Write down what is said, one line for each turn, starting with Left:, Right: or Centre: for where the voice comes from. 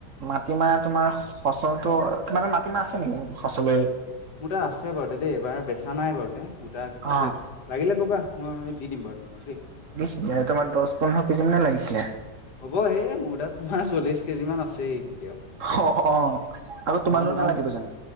Right: মাটিমাহ তোমাৰ সচৰটো তোমাৰ মাটিমাহ আছে নেকি সচলে
Left: মোৰ তাত আছে বাৰু দে দেই এইবাৰ বেচা নাই বাৰু দে, গু তাক আছে,
Right: অ',
Left: লাগিলে ক'বা মই দি দিম বাৰু <unintelligible> দেই।
Right: <unintelligible> দছ-পোন্ধৰ কেজি মানে লাগিছিলে।
Left: হ'ব এই মোৰ তাত তোমাৰ চল্লিশ কেজিমান আছেই এতিয়াও।
Right: হ অ অ আৰু তোমালৈ
Left: মই তোমাৰ
Right: নালাগিব জানো?